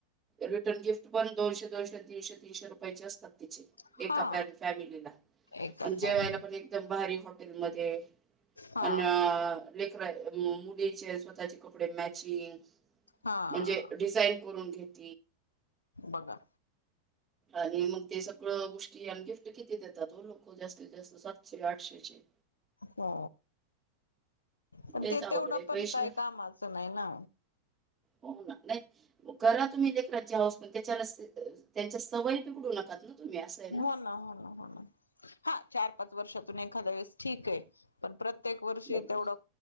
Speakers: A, on the right (about 20°); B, on the left (about 75°).
A: रिटर्न गिफ्ट पण दोनशे दोनशे, तीनशे तीनशे रूपये चे असतात तीचे.
B: हा
A: एका फॅमिलीला
B: एका
A: अन
B: फॅमिली
A: जेवला पण एकदम भारी हॉटेल मध्ये.
B: हा
A: अ लेकरा मुलीचे स्वतः चे कपडे मॅचिंग.
B: हा
A: म्हणजे डिझाईन करून घेत.
B: बघा.
A: आणि मग ते सगळं गोष्टी आणि गिफ्ट किती देतात, हो लोक जास्तीत जास्त सातशे, आठशेचे.
B: हो. पण
A: लयच
B: ते
A: अवघड
B: तेवढं
A: आहे पैसे
B: पण काही कामाचं नाही ना.
A: हो ना. नाही करा तुम्ही लेकराची हाऊस पण त्याच्यान त्यांच्या सवय बिघडू नकात ना. तुम्ही असं आहे
B: हो ना, हो ना, हो ना. हा चार पाच वर्षातून एखाद्या वेळेस ठीके. पण प्रत्येक वर्षी
A: बरोबर
B: तेवढं